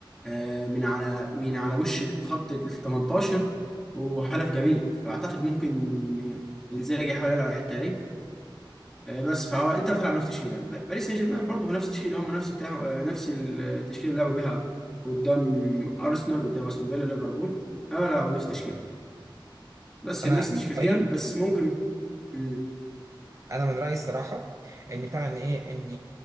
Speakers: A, in the centre; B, on the right.
A: آه، من على من على وش خط ال 18 وهدف جميل فاعتقد ممكن انزاجي يحاول يلعب على الحته دي آه، بس فهو انتر تلعب نفس التشكيله ب- باريس سان جيرمان برضه هو نفس التشكيله هم نفس بتاع آه، نفس التشكيله اللي لعبوا بيها قدام ارسنال قدام استون فيلا ليفربول هو لعبوا نفس التشكيله بس
B: انا
A: يعني نفس التشكيلتين
B: من رأيي
A: بس ممكن مم.
B: انا من رايي الصراحه ان بتاع ان ايه ان